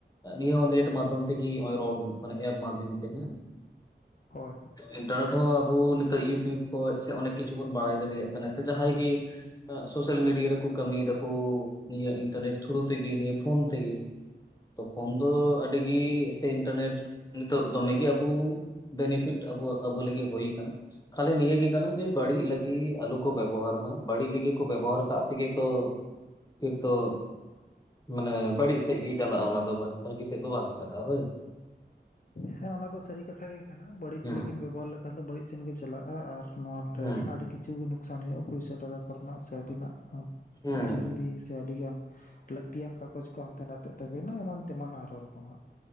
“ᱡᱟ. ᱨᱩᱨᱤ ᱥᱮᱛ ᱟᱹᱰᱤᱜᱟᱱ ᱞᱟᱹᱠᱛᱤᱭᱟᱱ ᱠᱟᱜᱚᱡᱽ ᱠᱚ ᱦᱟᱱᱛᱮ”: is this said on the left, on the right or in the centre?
Left